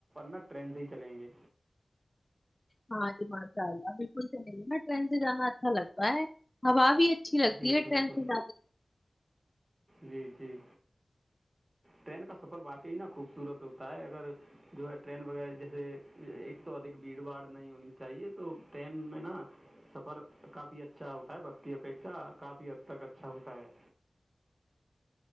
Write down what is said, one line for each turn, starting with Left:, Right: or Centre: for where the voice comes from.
Right: نا ٹرین سے ہی چلیں گے
Left: ہاں جی ماشاء اللہ بالکل سےل نا ٹرین سے جانا اچھا لگتا ہے ہوا بھی ا اچھی لگتی
Right: جی
Left: ہے
Right: بالکل
Left: ٹرین سے ل
Right: جی جی ٹرین کا سفر واقعی نا خوبصورت ہوتا ہے اگر جو ہے ٹرین وغیرہ جیسے ایک تو ادھ بھیڑ باڑ نہیں ہونی چاہیے تو ٹرین میں نا سفر کافی اچھا ہوتا ہے بس کی اپیکھا کافی حد تک اچھا ہوتا ہے